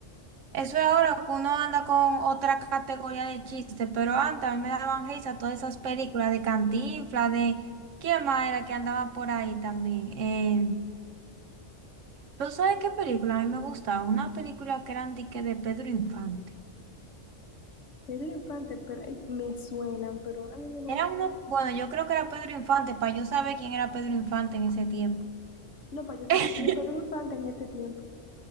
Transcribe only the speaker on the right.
Eso es ahora que uno anda con otra categoría de chistes, pero antes a mí me daban risa todas esas películas de Cantinflas, de... ¿Quién más era que andaba por ahí también? Eh... ¿Tú sabes qué película a mí me gustaba? Una película que eran dique de Pedro Infante.
Era
una, bueno, yo creo que era Pedro Infante, para yo saber quién era Pedro Infante en ese tiempo.
<laughs>